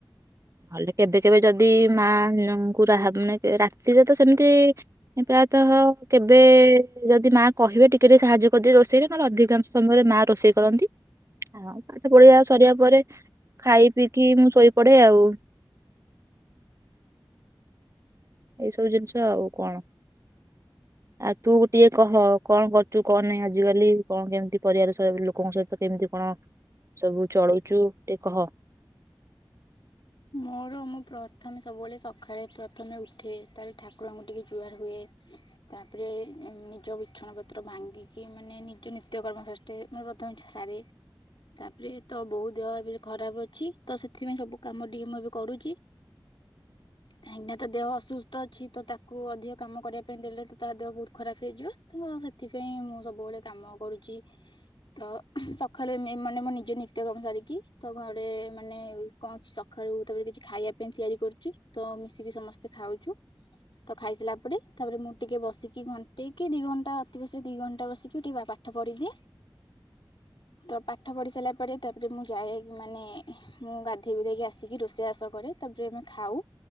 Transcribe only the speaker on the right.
ନଲେ କେବେ କେବେ ଯଦି ମାଙ୍କୁ ମାନେ ରାତିରେ ତ ସେମିତି ପ୍ରାୟତଃ କେବେ ଯଦି ମା କହିବେ ଟିକେ ଟିକେ ସାହାଯ୍ୟ କରିଦିଏ ରୋଷେଇରେ ନହେଲେ ଅଧିକାଂଶ ସମୟରେ ମା ରୋଷେଇ କରନ୍ତି ଆଉ ପାଠ ପଢ଼ିଆ ସରିଆ ପରେ ଖାଇ ପିଇକି ମୁଁ ଶୋଇ ପଡେ ଆଉ। ଏଇ ସବୁ ଜିନିଷ ଆଉ କଣ ଆଉ ତୁ ଗୋଟିଏ କହ କଣ କରୁଛୁ କଣ ନାହିଁ ଆଜିକାଲି କଣ କେମିତି ପରିବାର ଲୋକଙ୍କ ସହିତ କେମିତି କଣ ସବୁ ଚଳୁଛୁ ଟିକେ କହ।